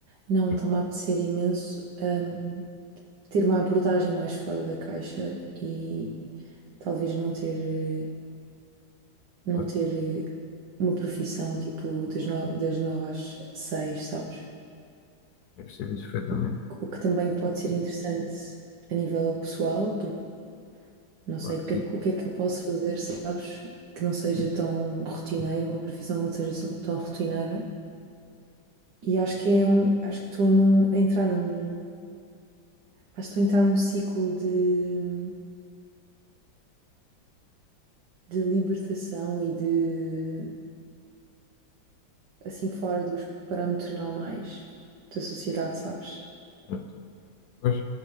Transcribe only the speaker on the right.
não
está-me a apetecer imenso hum, ter uma abordagem mais fora da caixa e talvez não ter, eh, não
ter eh, uma profissão tipo das, no- das nove às seis, sabes?
O, o que também pode ser interessante a nível pessoal, porque Não sei
o que
é, que- o que é que eu posso fazer, sabes? Que não seja
tão rotineiro,
uma profissão que não seja tão tão rotineira. E acho que é um, acho que estou num, a entrar num, acho que estou a entrar num ciclo de, de libertação e de, assim, fora dos parâmetros normais da sociedade, sabes?